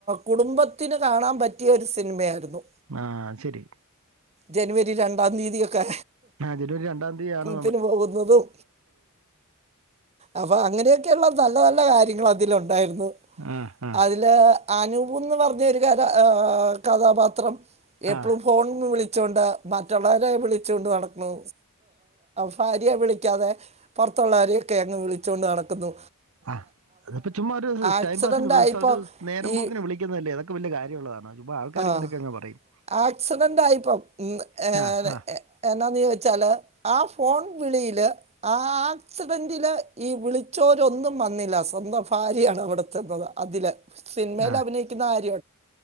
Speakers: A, on the right; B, on the right.
A: കുടുംബത്തിന് കാണാൻ പറ്റിയ ഒരു സിനിമയായിരുന്നു
B: ആ ശരി
A: ജനുവരി രണ്ടാം തീയതി ഒക്കെ
B: ആ ജനുവരി രണ്ടാം തീയാണ്
A: ത്തി പോകുന്നതും അപ്പൊ അങ്ങനെയൊക്കെയള്ള നല്ല നല്ല കാര്യങ്ങൾ അതിലുണ്ടായിരുന്നു
B: ആഹ് ആഹ്
A: അതില് അനൂപ്ന്ന് പറഞ്ഞ ക ആ കഥാപാത്രം
B: ആഹ്
A: എപ്പഴും ഫോൺ വിളി ച്ചോണ്ട് മറ്റുള്ളവരെ വിളിച്ചോണ്ട് നടക്കുണു. ഭാര്യയെ വിളിക്കാതെ പുറത്തുള്ളവരെ കങ് വിളിച്ചുകൊണ്ട് നട ക്കുന്നു
B: ആ അത്പ്പൊ ചുമ്മാ ഒരു
A: ആക്സിഡൻ്റ്
B: ടൈം പാസിന്
A: ആയപ്പോൾ
B: ഒരു നേരം
A: ഈ
B: പോക്കിന് വിളിക്കുന്നതല്ലേ അതൊക്കെ വലിയ കാര്യമുള്ളതാണോ? ചുമ്മാ ആൾക്കാർ
A: ആഹ്
B: ഇങ്ങനെയൊക്കെ അങ്ങ് പറയും.
A: ആക്സിഡന്റ് ആയിപ്പ ഏഹ്
B: ആഹ് ആഹ്
A: എന്താന്ന് വച്ചാല് ആ ഫോൺ വിളിയില് ആ ആക്സിഡന്റിലെ ഈ വിളിച്ചോരൊന്നും വന്നില്ല. സ്വന്തം ഭാര്യാണ് അവിടെ ചെന്നത് അതില് സിനിമയിൽ
B: ആഹ്
A: അഭിനയിക്കുന്ന ആര്യ